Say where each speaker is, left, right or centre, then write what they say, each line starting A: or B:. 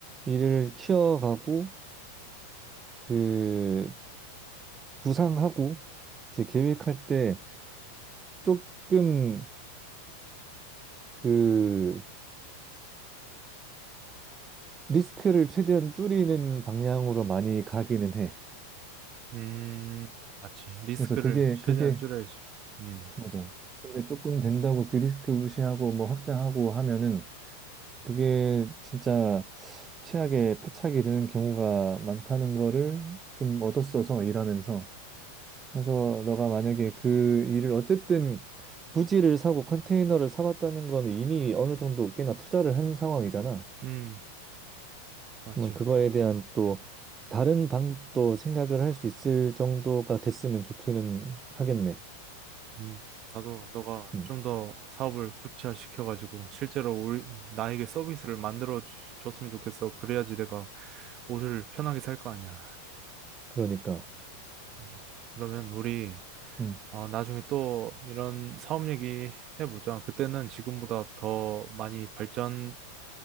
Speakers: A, on the right; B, on the right.
A: 일을 키워가고 그 구상하고 이제 계획할 때 조금 그 리스크를 최대한 줄이는 방향으로 많이 가기는 해.
B: 음, 맞지. 리스크를
A: 그래서 그게
B: 최대한
A: 그게
B: 줄여야지. 음,
A: 맞아. 근데 조금 된다고 그 리스크 무시하고 뭐 확장하고 하면은 그게 진짜 최악의 패착이 되는 경우가 많다는 거를 좀 얻었어서 일하면서. 그래서 너가 만약에 그 일을 어쨌든 부지를 사고 컨테이너를 사봤다는 건 이미 어느 정도 꽤나 투자를 한 상황이잖아.
B: 음, 맞지.
A: 그러면 그거에 대한 또 다른 방도 생각을 할 수 있을 정도가 됐으면 좋기는 하겠네.
B: 음, 나도 너가
A: 음,
B: 좀 더 사업을 구체화시켜가지고 실제로 우리 나에게 서비스를 만들어 주- 줬으면 좋겠어. 그래야지 내가 옷을 편하게 살 거 아니야.
A: 그러니까.
B: 음, 그러면 우리
A: 음.
B: 어, 나중에 또 이런 사업 얘기 해보자. 그때는 지금보다 더 많이 발전돼